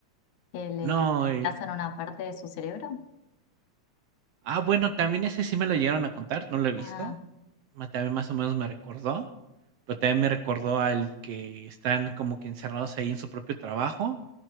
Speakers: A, on the left; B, on the right.
A: que le
B: No,
A: reemplazan
B: eh,
A: una parte de su cerebro.
B: ah, bueno, también ese sí me lo llegaron a contar, no lo he visto.
A: Ah,
B: ma- También más o menos me recordó, pero también me recordó al que están como que encerrados ahí en su propio trabajo